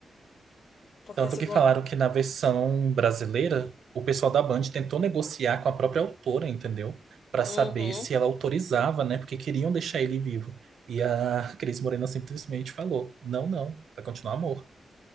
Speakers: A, on the left (about 50°); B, on the right (about 80°).
A: Porque
B: Tanto
A: a
B: que
A: segunda.
B: falaram que na versão brasileira, o pessoal da Band tentou negociar com a própria autora, entendeu? Pra
A: Uhum.
B: saber se ela autorizava, né? Porque queriam deixar ele vivo. E a Cris Morena simplesmente falou: não, não, vai continuar amor.